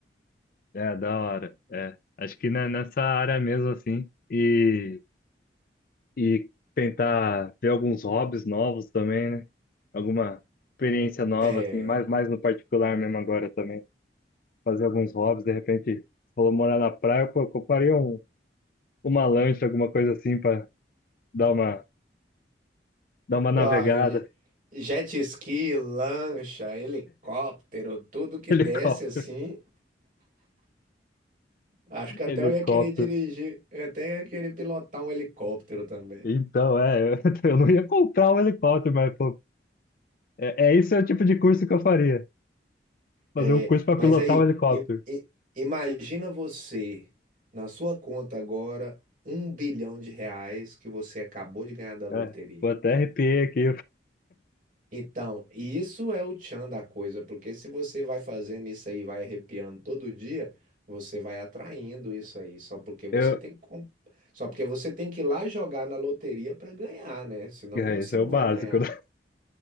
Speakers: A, on the left; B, on the right.
A: É, da hora. É. Acho que na- nessa área mesmo, assim. E, e tentar ver alguns hobbies novos também, né? Alguma experiência nova,
B: É,
A: assim, mais, mais no particular mesmo agora também. Fazer alguns hobbies, de repente, você falou morar na praia, pô, compraria um, uma lancha, alguma coisa assim, pra dar uma, dar uma navegada.
B: ah, eu- jet ski, lancha, helicóptero, tudo que
A: <laughs> Helicóptero,
B: desce assim. Acho que até
A: helicóptero.
B: eu ia querer dirigir, eu até ia querer pilotar um helicóptero também.
A: Então, é, eu, <laughs> eu não ia comprar um helicóptero, mas, pô, é, é esse é o tipo de curso que eu faria. Fazer
B: É,
A: um curso para
B: mas
A: pilotar
B: aí,
A: um helicóptero.
B: i- i- imagina você na sua conta agora um bilhão de reais que você acabou de ganhar da loteria.
A: É, pô, até arrepiei aqui.
B: Então, isso é o tchan da coisa, porque se você vai fazendo isso aí, vai arrepiando todo dia, você vai atraindo isso aí, só porque você
A: Eu,
B: tem que, com- só porque você tem que ir lá jogar na loteria para ganhar, né? Senão
A: é,
B: você
A: isso é
B: não
A: o
B: vai
A: básico,
B: ganhar.
A: né? <laughs>